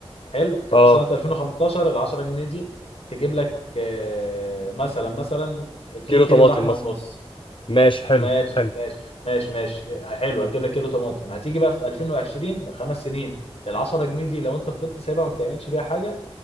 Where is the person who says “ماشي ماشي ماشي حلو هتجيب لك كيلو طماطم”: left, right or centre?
Left